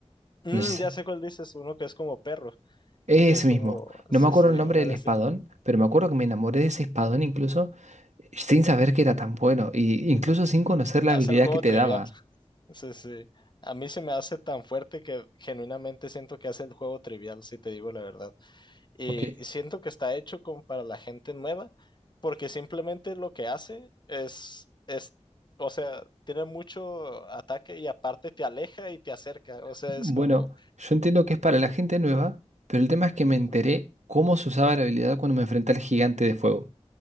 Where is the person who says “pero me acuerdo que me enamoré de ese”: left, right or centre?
Right